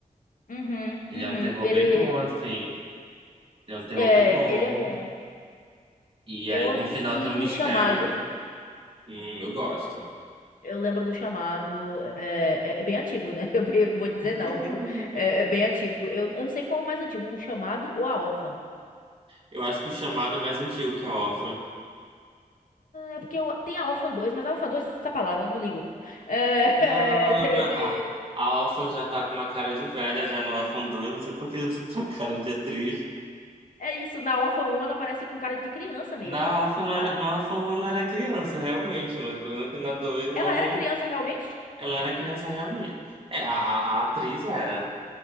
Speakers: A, on the left (about 70°); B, on the right (about 40°).
A: Uhum,
B: Ele
A: uhum.
B: é um terror
A: Ele,
B: bem bom, assim. Ele é um terror
A: é,
B: bem bom.
A: ele é bom.
B: E
A: Eu
B: aí
A: assisti
B: no final tem um
A: O
B: mistério.
A: Chamado.
B: Hum, eu gosto.
A: Eu lembro do Chamado. É, é, é bem antigo, né? <laughs> Eu, bem- eu não vou dizer
B: <laughs>
A: não, viu? É, é bem antigo. Eu, eu não sei qual é o mais antigo, O Chamado ou A Órfã.
B: Eu acho que o chamado é mais antigo que a órfã.
A: É porque eu- tem a Órfã dois mas a Órfã 2 tá pra lá, né? eu não ligo. É, <laughs>
B: Não,
A: é, te-
B: mas
A: te-
B: a, a órfã já tá com uma cara de velha já no Órfã dois, Não sei por que eu tô com cara de atriz.
A: é isso, na Órfã um ela parece com cara de criança mesmo.
B: Na Orphan, ela
A: ah
B: era, na Orphan ela era criança, realmente, mas o problema é que na 2 ela
A: ela
B: não.
A: era criança realmente?
B: Ela era criança realmente. É, a, a- a atriz era.